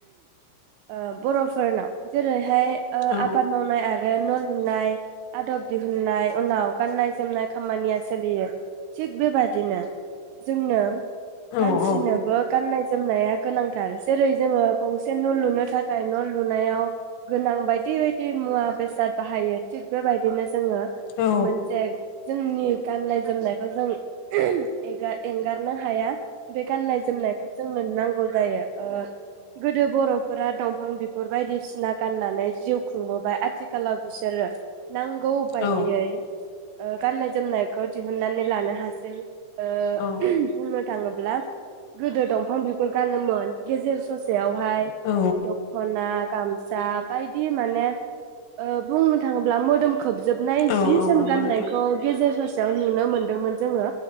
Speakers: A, on the right; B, on the left.
A: ओ बर'फोरनाव जेरै थाय ओ
B: औ
A: आबाद मावनाय आरो आरो न लुनाय आदब दिहुननाय उनाव गाननाय जोमनाय खामानिया सोलियो थिग बेबादिनो जोंनो
B: औ
A: मानसिनोबो
B: औ
A: गाननाय जोमनाया गोनांथार जेरै जोङो गंसे न' लुनो था न' लुनायाव गोनां बायदि बायदि मुवा बेसाद बाहायो थिग बेबायदिनो जोङो
B: औ
A: मोनसे जोंनि गाननाय जोमनायखौ जों एंगा-एंगारनो हाया बेे गाननाय जोमनाय जोंनो नांगौ जायो ओ गोदो बर' फोरा दंफां बिगुर बायदिसिना गाननानै जिउ खुंबोबाय आथिखालाव बिसोरो नांगौ बायदियै
B: औ
A: ओ गाननाय जोमनायखौ दिहुननानै लानो हासै ओ
B: औ
A: बुंनो थाङोब्ला गोदो दंफां बिगुर गानोमोन गेजेर ससेयाव हाय
B: औ
A: दखना गामसा बायदि माने ओ बुंनो थाङोब्ला मोदोम खोबजोबनाय
B: औ
A: जि
B: औ
A: जोम
B: नंगौ
A: गाननायखौ
B: नोंथां
A: गेजेर ससे याव नुनो मोन्दोंमोन जोङो